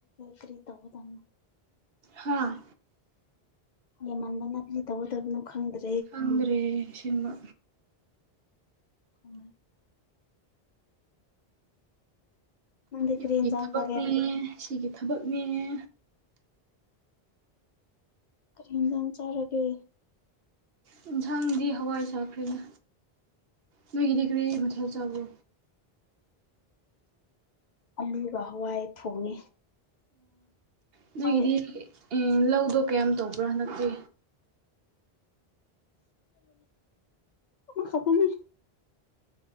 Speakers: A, on the left (about 55°); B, on the right (about 70°).
A: ꯀꯇꯔꯤ ꯇꯧꯗ
B: ꯍꯥꯥ
A: ꯍꯦ ꯃꯟꯅꯗ ꯇꯧꯗꯕꯅ ꯈꯪꯗ꯭ꯔ
B: ꯐꯪꯗ꯭ꯔꯦ ꯁꯤꯃ
A: ꯑꯃꯥꯏ ꯅꯪꯗꯤ
B: ꯌꯨꯝꯒꯤ
A: ꯀꯔꯤ ꯏꯟꯖꯥꯡ
B: ꯊꯕꯛꯅꯦꯉꯦ
A: ꯆꯥꯒꯦ
B: ꯁꯤꯒꯤ ꯊꯕꯛꯅꯦꯉꯦ
A: ꯀꯔꯤ ꯏꯟꯖꯥꯡ ꯆꯥꯔꯒꯦ
B: ꯌꯦꯟꯁꯥꯡꯗꯤ ꯍꯋꯥꯏ ꯆꯔꯐꯅ ꯅꯣꯏꯒꯤꯗꯤꯈꯔꯤ ꯃꯊꯦꯜ ꯆꯕꯣ
A: ꯑꯂꯨꯒ ꯍꯋꯥꯏ ꯊꯣꯡꯉꯦ
B: ꯑꯗꯨꯒꯤꯗꯤ
A: ꯍꯣꯏ
B: ꯎ ꯂꯧꯗꯣ ꯀꯌꯥꯝ ꯇꯧꯕ꯭ꯔꯥ ꯍꯟꯗꯛꯇꯤ
A: ꯑꯗꯨ ꯈꯕꯅꯦ